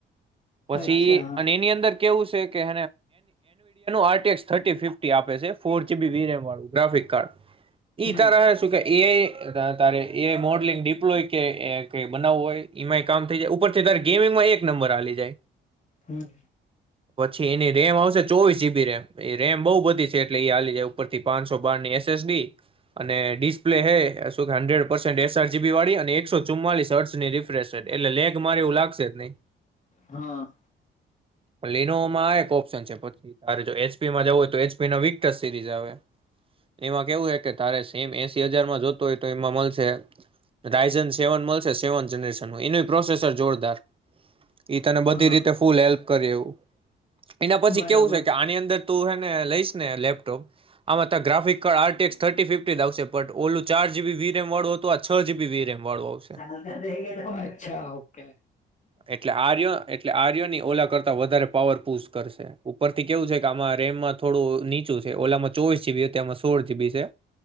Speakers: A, on the right; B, on the left.
A: પછી
B: અચ્છા હા
A: અને એની અંદર કેવું છે. આ થટી ફીફટી આપે છે, ફોર જીબીબી એમ વાળું ગ્રાફિક કાર્ડ.
B: હમ
A: ઈ તારા હ શું કે એ તારે એઈ મોડલિંગ ડિપ્લો કે બનાવું હોય એમાં કામ થઈ જાય. ઉપરથી ત ગેમિંગમાં એક નંબર આવી જાય
B: હમ
A: પછી એની રેમ આવશે. ચોવીસ જી રેમ રેમ બહુ બધી છે, એટલે એ ચાલી જાય ઉપર થી પાંચસો બારની એસ, એસ, ડી અને ડિસ્ક. હન્ડ્રેડ પર સેન <unintelligible> એસઆરજીબી વા અને એકસો ચુમ્લીસ હર્ની ર એટલે લેગ મારી તો લાગશે જ નહીં.
B: હા
A: લિનોવામાં આ એક ઓપ્શન છે. પછી તારે જો એચ. એમાં જ હો તો એચપી વિક સિરીઝ આવે. એમાં કેવું હ કે તારે સમ એસી હજારમાં જોતો હોય તો એમાં મળશે. રાયઝન સેવન મળશે સેવન જનરેશન એનું પ્રોસેસર જોરદાર ઈ તને બધી
B: હા
A: રીતે ફૂલ હેલ્પ કરી એવું એના પછી
B: બરાબર
A: કેવું છે કે આની અંદર તું હે ને લઈ ને લેપટોપ આમાં ગ્રાફિક આટીએક્સ થર્ટી ફિફટી આવશે બટ ઓલું ચાર જીબી વી રેમ વાળું હતું આ છ જીબી વી રેમ વાળું આવશે
B: અચ્છા ઓકે હા
A: એટલે આરય એટલે આર્યો ની ઓલા કરતા વધારે પાવર પૂસ કરશે ઉપર થી કેવું છે કે આમાં રેમમાં થોડું નીચું છે ઓલામાં ચોવીસ જીબી તેમાં સોળ જીબી છે